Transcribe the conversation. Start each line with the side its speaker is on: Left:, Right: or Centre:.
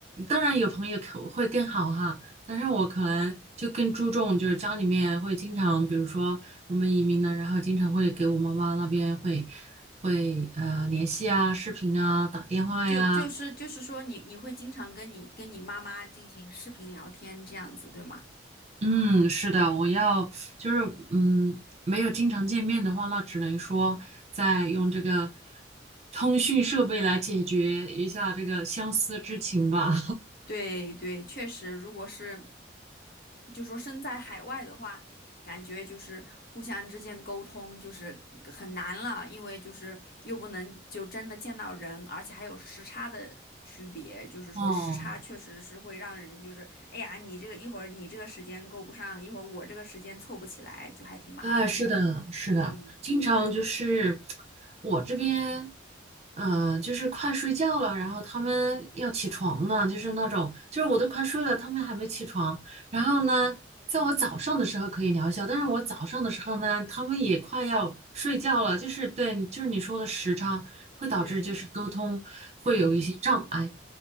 Right: 当然有朋友可会更好哈。但是我可能就更注重，就是家里面会经常，比如说我们移民了，然后经常会给我妈妈那边会会呃联系啊、视频啊、打电话呀。
Left: 就就是就是说你，你会经常跟你跟你妈妈进行视频聊天这样子，对吗？
Right: 嗯，是的，我要就是嗯，没有经常见面的话，那只能说再用这个通讯设备来解决一下这个相思之情吧。
Left: 对对，确实，如果是就说身在海外的话，感觉就是互相之间沟通就是很难了，因为就是又不能就真的见到人，而且还有时差的区别，就是说时差确实是会让人就是哎呀，
Right: <laughs> 哦。
Left: 你这个一会儿你这个时间够不上，一会儿我这个时间凑不起来，就还挺麻烦的。
Right: 哎，是的，是的，
Left: 嗯，
Right: 经常就是我这边，呃，就是快睡觉了，然后他们要起床呢，就是那种，就是我都快睡了，他们还没起床。然后呢，在我早上的时候可以聊一下，但是我早上的时候呢，他们也快要睡觉了，就是对，就是你说的时差会导致就是沟通会有一些障碍，
Left: 对对。